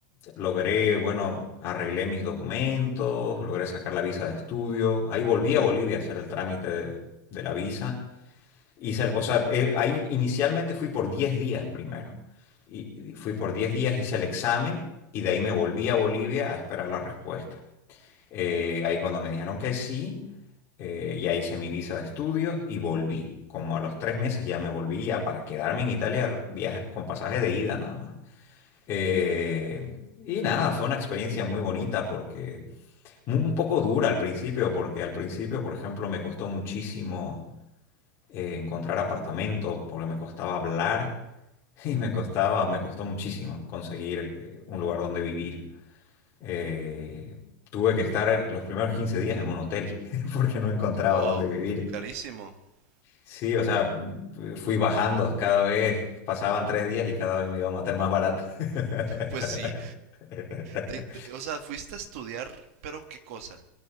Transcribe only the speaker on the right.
Oh,
y carísimo. <laughs>
Pues sí. Te- te- o sea, fuiste a estudiar, pero ¿qué cosa?